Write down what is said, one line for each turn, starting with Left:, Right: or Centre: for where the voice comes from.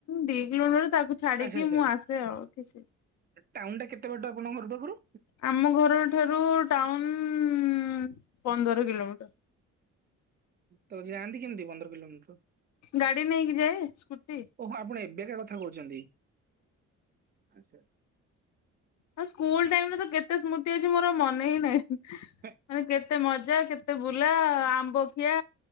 Left: ଦି କିଲୋ ମିଟର୍ ତାକୁ ଛାଡିକି
Right: ଆଚ୍ଛା ଆଚ୍ଛା।
Left: ମୁଁ ଆସେ ଆଉ କିଛି
Right: ଟାଉନ ଟା କେତେ ବାଟ ଆପଣଙ୍କ ଘର ପାଖରୁ?
Left: ଆମ ଘର ଠାରୁ ଟାଉନ ପନ୍ଦର କିଲୋମିଟର
Right: ତ ଯାଆନ୍ତି କେମିତି ପନ୍ଦର କିଲୋମିଟର?
Left: ଗାଡି ନେଇକି ଯାଏ ସ୍କୁଟି।
Right: ଓହୋ ଆପଣ ଏବେକା କଥା କହୁଛନ୍ତି? ଆଚ୍ଛା
Left: ଆଉ ସ୍କୁଲ ଟାଇମରେ ତ କେତେ ସ୍ମୃତି ଅଛି ମୋର ମନେ ହିଁ ନାହିଁ ମାନେ
Right: ହେ,
Left: କେତେ ମଜା କେତେ ଏତେ ବୁଲା ଆମ୍ବ ଖିଆ